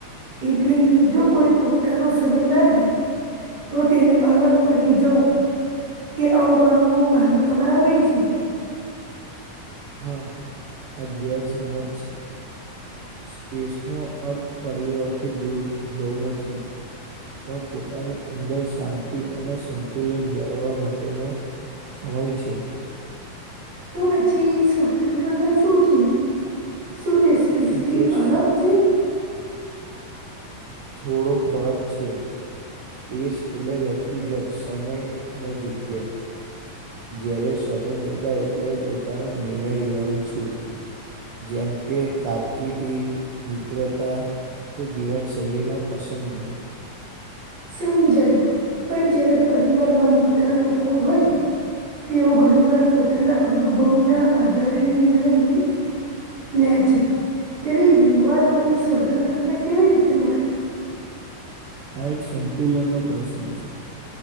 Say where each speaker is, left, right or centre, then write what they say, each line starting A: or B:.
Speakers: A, on the right; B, on the right.
A: એટલે કે જો કોઈ પોતાનો સમય મામાંગી તો તેને અલગ પડી જવં કે અવગણું માનવામાં આવે છે
B: હા અગિયાર સમાજ છે સ્પેસ નો અર્થ પરિવારથી દૂર જવું નથી પણ પોતાની અંદર શાંતિ અને સંતુલન જાળવવા માટેનો સમય છે
A: તો પછી સ્વતંત્રતા શું છે શું તે સ્પેસથી
B: શું તે
A: અલગ જ
B: થોડો ફરક છે સ્પેસ એટલે વ્યક્તિગત સમય અને જગ્યા જય્યારે સ્વતંત્રતા એટલે પોતાના નિર્ણય લેવાની છૂટ જેમ કે કારકિર્દી મિત્રતા કે જીવનશૈલીમાં પસંદગી
A: સમજાયું પણ જયારે પરિવાર માં મોટા લોકો હોય તેઓ ઘણી વાર પોતાના અનુભવના આધારે નિર્ણય લે છે ત્યારે યુવાનો એ સ્વતંત્રતા કેવી રીતે મળી
B: આ એક સંતુલન નો પ્રશ્ન છે